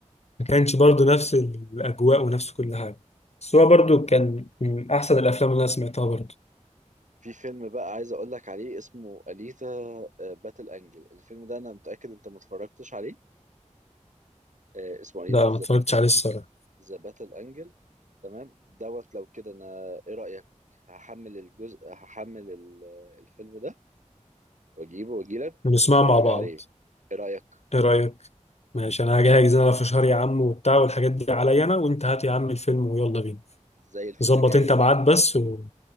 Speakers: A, on the left; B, on the right.
A: ما كانش برضو نفس الاجواء ونفس كل حاجه بس هو برضو كان من احسن الافلام اللي انا سمعتها برضو
B: في فيلم بقى عايز اقول لك عليه اسمه أليتا باتل انجل الفيلم ده انا متأكد انت ما اتفرجتش عليه آه، اسمه أليتا
A: ده ما اتفرجتش عليه الصراحه
B: ذا باتل انجل تمام دوت لو كده انا ايه رأيك هحمل الجزء هحمل ال- آه، الفيلم ده واجيبه واجيلك
A: بنسمعه
B: ونتفرج
A: مع بعض
B: عليه ايه رأيك
A: ايه رايك ماشي انا هجهز انا في شهر يا عم وبتاع والحاجات دي عليا انا وانت هات يا عم الفيلم ويلا بينا
B: زي الفل
A: ظبط
B: جاهز
A: انت ميعاد بس و...